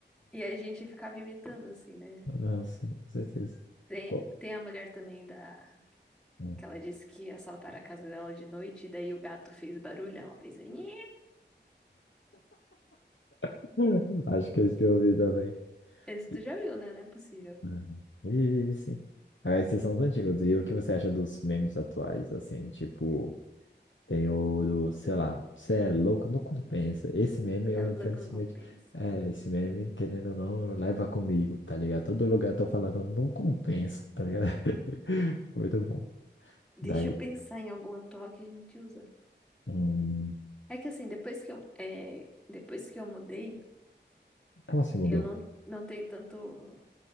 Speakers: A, in the centre; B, on the left.
A: E a gente ficava imitando, assim, né?
B: Nossa, com certeza.
A: Tem,
B: Pô,
A: tem a mulher também da.
B: hum.
A: Que ela disse que assaltaram a casa dela de noite, e daí o gato fez barulho, ela fez. "Nhe".
B: <laughs> Acho que é isso que eu ouvi também.
A: Esse
B: E,
A: tu já viu, né? Não é possível.
B: hum, e sim. Agora, esses são os antigos. E o que você acha dos memes atuais? Assim, tipo, tem o do, sei lá, você é louco, não compensa. Esse meme, eu
A: É louco,
B: infelizmente,
A: não compensa.
B: é, esse meme, querendo ou não, leva comigo, tá ligado? Todo lugar eu tô falando, não compensa, tá ligado? <laughs> Muito bom.
A: Deixa
B: Daí,
A: eu pensar em algum atual que a gente usa.
B: hum,
A: É que assim, depois que eu, é, depois que eu mudei,
B: como assim mudou?
A: eu não, não tenho tanto.